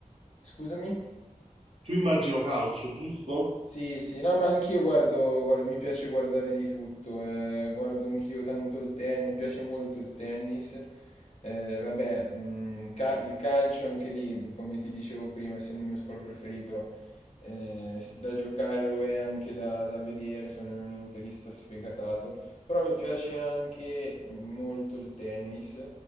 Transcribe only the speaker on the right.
Tu immagino calcio, giusto?